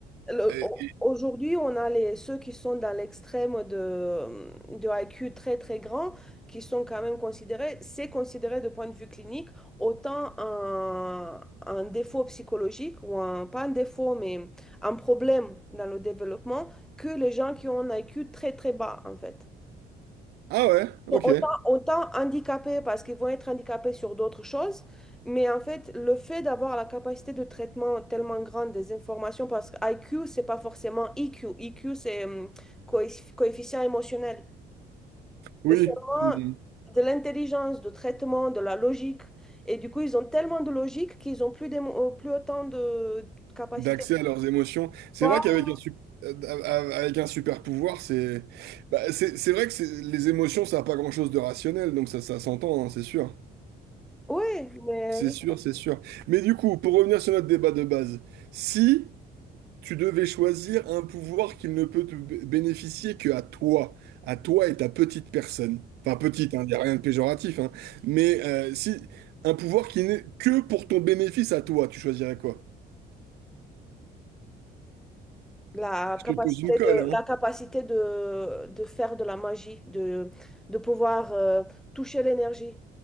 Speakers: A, in the centre; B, on the right (about 75°).
A: Le-
B: eh,
A: au-
B: eh,
A: Aujourd'hui, on a les, ceux qui sont dans l'extrême de, de I Q très très grand, qui sont quand même considérés, c'est considéré de point de vue clinique autant un, un défaut psychologique ou un, pas un défaut, mais un problème dans le développement que les gens qui ont un I Q très très bas en fait.
B: ah ouais, ok,
A: Autant, autant handicapés parce qu'ils vont être handicapés sur d'autres choses, mais en fait, le fait d'avoir la capacité de traitement tellement grande des informations, parce que IQ, c'est pas forcément IQ. IQ, c'est hum, coef- coefficient émotionnel.
B: oui.
A: C'est seulement
B: Hmm.
A: de l'intelligence, de traitement, de la logique. Et du coup, ils ont tellement de logique qu'ils ont plus, d'émo- euh, plus autant de capacité
B: d'accès
A: de
B: à leurs émotions. C'est
A: voir.
B: vrai qu'avec un, sup- euh, a- a- avec un super pouvoir, c'est bah, c'est c'est vrai que c'est- les émotions, ça n'a pas grand-chose de rationnel, donc ça, ça s'entend, hein, c'est sûr.
A: Oui, mais
B: C'est sûr, c'est sûr. Mais du coup, pour revenir sur notre débat de base, si tu devais choisir un pouvoir qui ne peut te b- bénéficier que à toi, à toi et ta petite personne, enfin petite, il n'y a rien de péjoratif, hein, mais euh, si un pouvoir qui n'est que pour ton bénéfice à toi, tu choisirais quoi?
A: La
B: Je te
A: capacité
B: pose une colle,
A: de,
B: hein.
A: la capacité de, de faire de la magie, de, de pouvoir euh, toucher l'énergie,